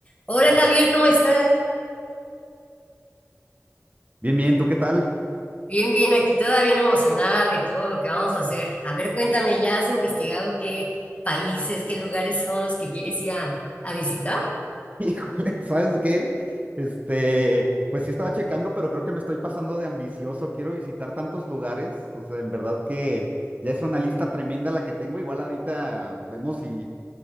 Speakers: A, on the left (about 25°); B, on the right (about 30°).
A: Hola Javier, ¿cómo estás?
B: Bien, bien, ¿tú qué tal?
A: Bien, bien, aquí toda bien emocionada de todo lo que vamos a hacer. A ver, cuéntame, ¿ya has investigado qué países, qué lugares son los que quieres ir a, a visitar?
B: <laughs> Híjole, ¿sabes qué? Este, pues sí estaba checando, pero creo que me estoy pasando de ambicioso. Quiero visitar tantos lugares. O sea, en verdad que ya es una lista tremenda la que tengo. Igual ahorita vemos si,